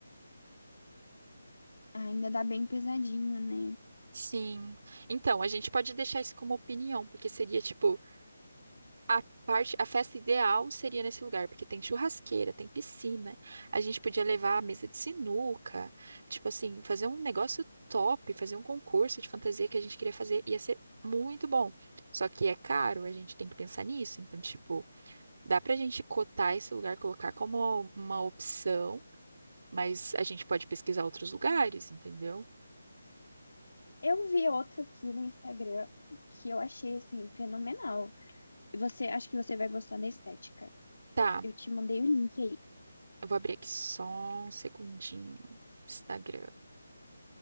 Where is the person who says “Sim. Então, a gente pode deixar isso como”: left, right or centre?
Right